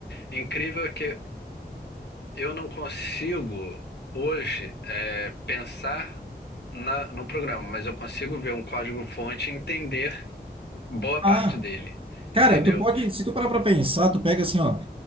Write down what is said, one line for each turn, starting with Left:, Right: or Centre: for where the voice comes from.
Left: incrível que eu não consigo hoje é, pensar na, no programa, mas eu consigo ver um código-fonte e entender boa
Right: Ah,
Left: parte dele,
Right: cara,
Left: entendeu?
Right: tu pode, se tu parar pra pensar, tu pega assim, ó.